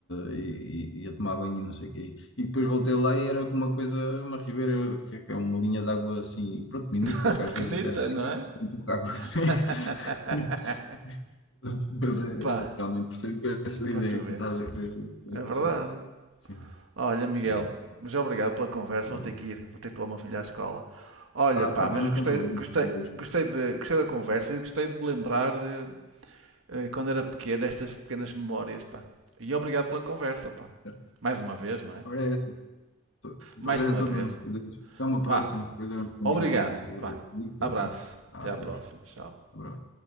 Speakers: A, on the left; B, on the right.
A: ia, ia tomar banho e não sei o quê. E depois voltei lá e era uma coisa, uma ribeira, que é que é uma linha de água assim, pronto, minúscula,
B: <laughs>
A: que às
B: Pequenita,
A: vezes até seca,
B: não é?
A: com
B: <laughs>
A: pouca água que tem. <laughs> Mas é,
B: Pá,
A: realmente percebo essa
B: para
A: ideia
B: tu
A: que
B: veres.
A: tu estás a querer querer
B: É
A: passar.
B: verdade.
A: Sim.
B: Olha, Miguel,
A: É,
B: mas obrigado pela conversa.
A: tá
B: Vou ter
A: bem.
B: que ir, vou ter que levar o meu filho à escola. Olha,
A: Ah,
B: pá,
A: tá bem,
B: mas
A: não
B: gostei,
A: tem problema.
B: gostei,
A: Eu gosto.
B: gostei de, gostei da conversa e gostei de me lembrar de eh, quando era pequeno, estas pequenas memórias, pá. E obrigado pela conversa, pá.
A: Certo.
B: Mais uma vez, não é?
A: Ora, é, essa. to- o
B: Mais
A: prazer
B: uma
A: é todo
B: vez.
A: meu. Adeus. Até uma
B: Vá.
A: próxima. Depois vamos combinar
B: Obrigado.
A: mais. Eu
B: Vá.
A: ligo,
B: Abraço.
A: assim. Ah,
B: Até
A: adeus.
B: à próxima. Tchau.
A: Abraço.